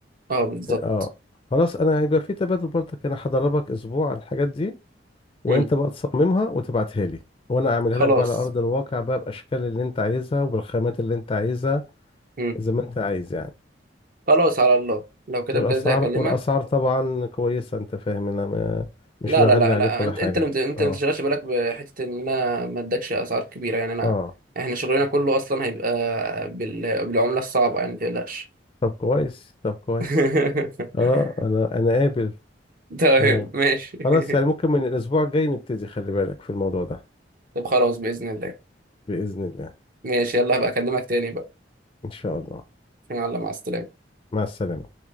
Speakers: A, on the right; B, on the left.
A: اه بالظبط
B: اه خلاص انا هيبقى في تبادل برضك انا هدربك اسبوع على الحاجات دي وانت
A: مم.
B: بقى تصممها وتبعتها لي وانا اعملها
A: خلاص
B: لك بقى على ارض الواقع بقى باشكال اللي انت عايزها وبالخامات اللي انت عايزها
A: مم.
B: زي ما انت عايز يعني
A: خلاص على الله لو كده
B: والاسعار
A: بجد هكلمك
B: والاسعار طبعا كويسة انت فاهم انا ما- مش
A: لا
B: بغلي
A: لا لا
B: عليك
A: لا
B: ولا
A: انت
B: حاجة
A: انت اللي مت- انت
B: اه
A: ما تشغلش بالك بحته ان انا ما ادكش اسعار كبيره يعني انا
B: اه
A: احنا شغلنا كله اصلا هيبقى بال... بالعمله الصعبه يعني ما تقلقش
B: طب كويس طب كويس
A: <laughs>
B: اه انا انا قابل
A: تمام
B: اه
A: ماشي <laughs>
B: خلاص يعني ممكن من الاسبوع الجاي نبتدي خلي بالك في الموضوع ده
A: طب خلاص باذن الله
B: بإذن الله
A: ماشي يلا هبقى اكلمك تاني بقى
B: ان شاء الله
A: يلا مع السلامه
B: مع السلامة